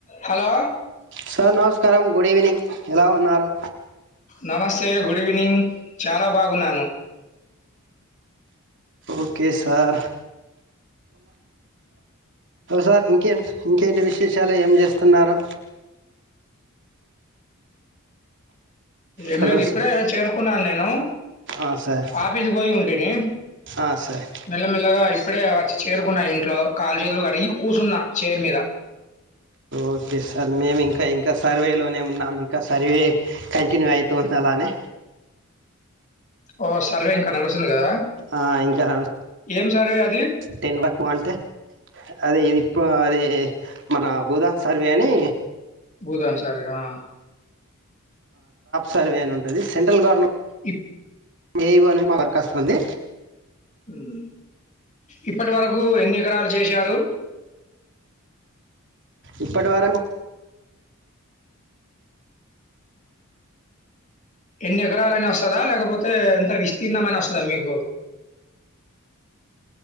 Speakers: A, on the left (about 35°); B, on the right (about 55°).
A: Hello
B: sir నమస్కారం good evening ఎలా ఉన్నారు
A: నమస్తే గుడ్ ఈవినింగ్ చాలా బాగున్నాను
B: ఓకే సార్ సార్ ఇంకేం ఇంకేంటి విశేషాలు ఏం చేస్తున్నారు
A: ఏం
B: హలో
A: లేదు ఇప్పుడే చేరుకున్నాను నేనూ
B: ఆ సార్
A: ఆఫీస్ బోయ్ ఉంటినీ
B: ఆ సార్
A: మెల్ల మెల్లగా ఇప్పుడే వచ్చి చేరుకున్నా ఇంట్లో కాళ్లు చేదులు అడిగి కూసున్న చేర్ మీద
B: ఓకే సార్ మేము ఇంకా ఇంకా సర్వేలోనే ఉన్నాము ఇంకా సర్వే కంటిన్యూ ఐతుంది అలానే
A: ఓ సర్వే ఇంకా నడుస్సుంది కదా
B: ఆ ఇంకా నడు
A: ఏం సర్వే అదీ
B: టెన్ వక్ అంటే అదే ఇదిప్పు అదే మన బూదాన్ సర్వే అనీ
A: భూదాన్ సర్వె ఆ
B: సర్వె అ ఉంటది సెంట్రల్ గవర్న్
A: ఇప్
B: ఏ ఇవో మా వర్క్ వస్తుంది
A: మ్మ్ ఇప్పటి వరకూ ఎన్ని ఎకరాల్ చేశారు
B: ఇప్పటి వరక్
A: ఎన్ని ఎకరాలైన వస్తదా లేకపోతే ఎంత విస్తీర్ణం అన వస్తదా మీకు